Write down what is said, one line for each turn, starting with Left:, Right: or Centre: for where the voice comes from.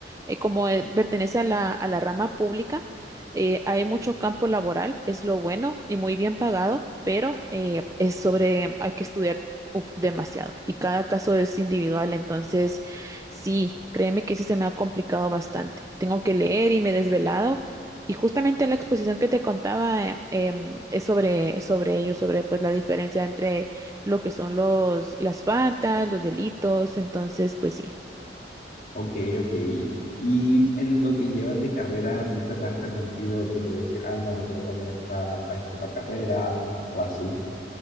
Right: eh, como eh, pertenece a la, a la rama pública. Eh, hay mucho campo laboral, es lo bueno y muy bien pagado, pero eh, es sobre, hay que estudiar uf, demasiado y cada caso es individual, entonces sí, créeme que ese se me ha complicado bastante. Tengo que leer y me he desvelado y justamente la exposición que te contaba eh, em, es sobre, sobre ello, sobre pues la diferencia entre lo que son los, las faltas, los delitos, entonces pues sí.
Left: ok, ok. Y en lo que llevas de carrera, ¿nunca te has arrepentido, tipo de decir, ay, no, me quiero cambiar a esta, a esta otra carrera o así?